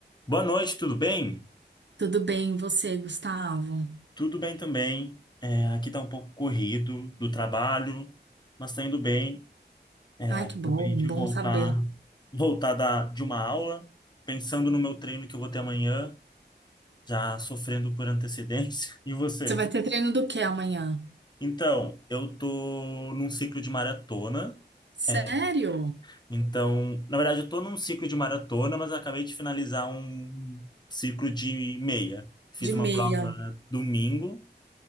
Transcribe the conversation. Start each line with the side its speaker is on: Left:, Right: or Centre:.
Left: Boa noite, tudo bem?
Right: Tudo bem, e você, Gustavo?
Left: Tudo bem também. É, aqui tá um pouco corrido do trabalho, mas tá indo bem.
Right: Ai,
Left: Acabei
Right: que bom,
Left: de
Right: bom
Left: voltar,
Right: saber.
Left: voltar da, de uma aula, pensando no meu treino que eu vou ter amanhã, já sofrendo por antecedência. <laughs> E você?
Right: Você vai ter treino do que amanhã?
Left: Então, eu tô num ciclo de maratona. É,
Right: Sério?
Left: então, na verdade, eu tô num ciclo de maratona, mas eu acabei de finalizar um ciclo de meia. Fiz
Right: De
Left: uma
Right: meia.
Left: prova domingo.